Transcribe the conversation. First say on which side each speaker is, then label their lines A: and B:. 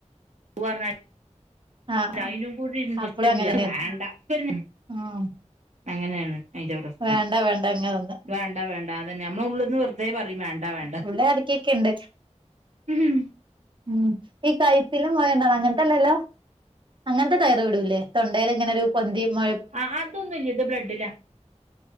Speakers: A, on the right (about 70°); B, on the right (about 40°).
A: പോവാണ
B: ആ
A: അയ്നും കൂടി ഇൻട്രസ്റ്റ്
B: അപ്പളും
A: ഇല്യാ.
B: അങ്ങനെ തന്നെയാണ്
A: അത് വേണ്ടാ. പ്പോരു. ഉം
B: ഉം
A: അങ്ങനേണ് ഐന്റെ പ്രശ്നം
B: വേണ്ട വേണ്ട അങ്ങനെ നിന്ന്
A: വേണ്ട വേണ്ടാ അതന്നെ നമ്മള് ഉള്ള്ന്ന് വെർ തേ പറയും വേണ്ട വേണ്ട
B: ഇവിടെ ഇടക്കൊക്കെ ഉണ്ട്
A: ഉം
B: ഉം ഈ കയ്ത്തില് മൊഴണ്ടാവ അങ്ങൻത്തെല്ലല്ലോ അങ്ങനത്തെ തയർ ഇടൂല്ലേ തൊണ്ടേൽ ഇങ്ങനെ ഒരു പൊന്തിയ മോ
A: ആ അതൊന്നുല്ല ഇത് ബ്ലഡിലാ